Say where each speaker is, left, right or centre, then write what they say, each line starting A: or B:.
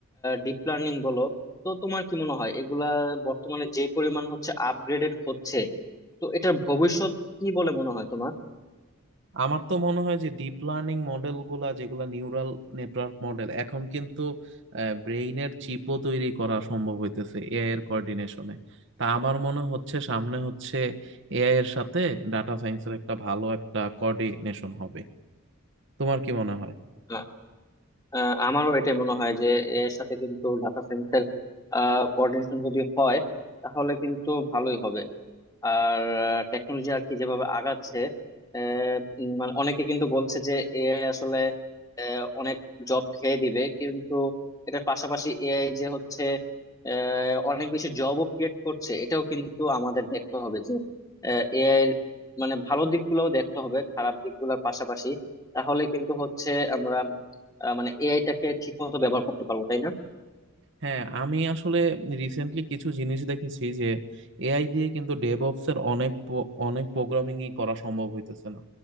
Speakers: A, on the left; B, on the right.
A: ডিপ লার্নিং বলো তো তোমার কি মনে হয় এগুলা বর্তমানে যে পরিমাণ হচ্ছে আপগ্রেডেড হচ্ছে তো এটার ভবিষ্যৎ কি বলে মনে হয় তোমার
B: আমার তো মনে হয় যে ডিপ লার্নিং মডেল গুলা যেগুলা নিউরাল নেটওয়ার্ক মডেল এখন কিন্তু ব্রেইনের চিপও তৈরি করা সম্ভব হইতেছে এআই এর কোঅর্ডিনেশনে তা আমার মনে হচ্ছে সামনে হচ্ছে এআই এর সাথে ডাটা সায়েন্সের একটা ভালো একটা কোঅর্ডিনেশন হবে তোমার কি মনে হয়
A: আ- আ- আমারও এটা মনে হয় যে এর সাথে কিন্তু ডাটা সায়েন্সের কোঅর্ডিনেশন যদি হয় তাহলে কিন্তু ভালোই হবে আর টেকনোলজি আর কি যেভাবে আগাচ্ছে আহ, উম, মানে অনেকে কিন্তু বলছে যে এআই আসলে আহ, অনেক জব খেয়ে দিবে কিন্তু এটার পাশাপাশি এআই যে হচ্ছে আহ, অনেক বেশি জবও ক্রিয়েট করছে এটাও কিন্তু আমাদের দেখতে হবে যে এআই এর মানে ভালো দিকগুলোও দেখতে হবে খারাপ দিকগুলোর পাশাপাশি তাহলে কিন্তু হচ্ছে আমরা আহ, মানে এআইটাকে ঠিক মতো ব্যবহার করতে পারবো তাই না
B: হ্যাঁ আমি আসলে রিসেন্টলি কিছু জিনিস দেখেছি যে এআই দিয়ে কিন্তু ডেভঅপস এর অনেক প- অনেক প্রোগ্রামিং ই করা সম্ভব হইতেছে না